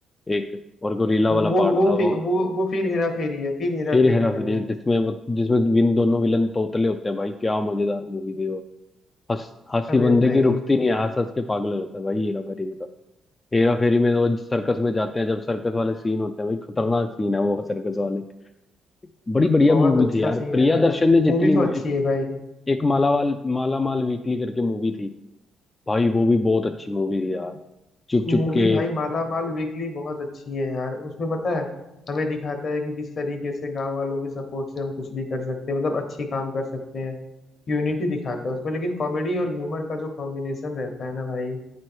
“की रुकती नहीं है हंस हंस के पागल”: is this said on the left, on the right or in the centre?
Left